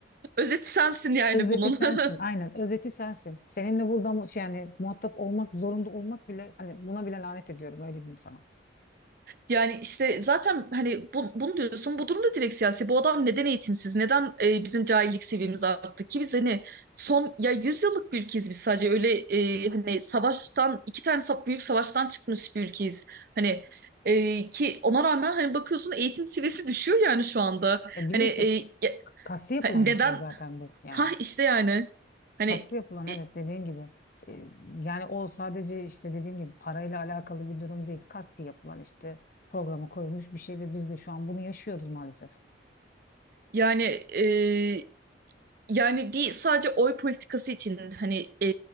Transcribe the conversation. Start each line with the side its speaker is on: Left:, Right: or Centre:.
Right: özet sensin
Left: <laughs>
Right: yani
Left: Özeti
Right: bunun.
Left: sensin.
Right: <laughs>
Left: Aynen özeti sensin. Seninle burada mu- şey yani muhatap olmak zorunda olmak bile hani buna bile lanet ediyorum öyle diyeyim sana.
Right: Yani işte zaten hani bu- bunu diyorsun bu durumda direkt siyasi. Bu adam neden eğitimsiz? Neden e, bizim cahillik seviyemiz arttı ki biz hani son ya 100 yıllık bir ülkeyiz biz sadece öyle e, hani savaştan iki tane sa- büyük savaştan çıkmış bir ülkeyiz. Hani e, ki ona rağmen hani bakıyorsun eğitim seviyesi <laughs> düşüyor yani şu anda.
Left: E bir
Right: Hani
Left: de işte
Right: e, ya-
Left: k- kasti yapılan
Right: ha- neden?
Left: bir şey zaten bu yani.
Right: Ha işte yani hani
Left: Kaslı yapılan evet
Right: e,
Left: dediğin gibi. E, yani o sadece işte dediğim gibi parayla alakalı bir durum değil. Kasti yapılan işte programa koyulmuş bir şey ve biz de şu an bunu yaşıyoruz maalesef.
Right: yani e, Yani bir sadece oy politikası için hani e,